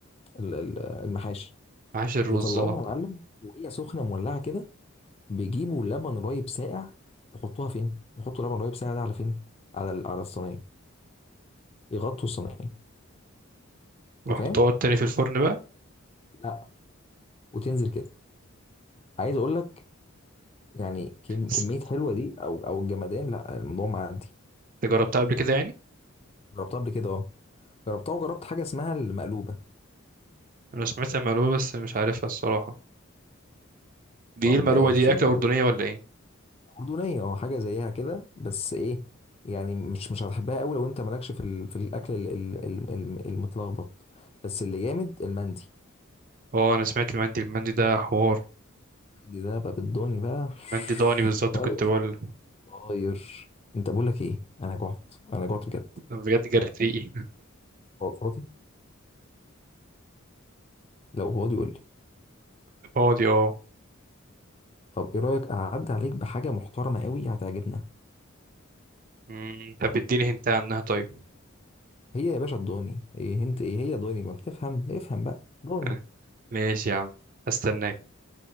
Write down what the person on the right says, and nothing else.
معاش الرز
اه
وحطها
تاني في الفرن بقى
بس
انت جربتها قبل كده يعني
انا سمعت المقلوبه بس مش عارفها الصراحه دي
ايه المقلوبه
دي
اكله اردنيه ولا ايه
اه انا سمعت المندي المندي ده حوار
مندي ضاني بالظبط
كنت بقول
أنا بجد جرت ريقي
<laughs> فاضي اه
مم، طب اديني هنت عنها طيب
<laughs> ماشي يا عم هستناك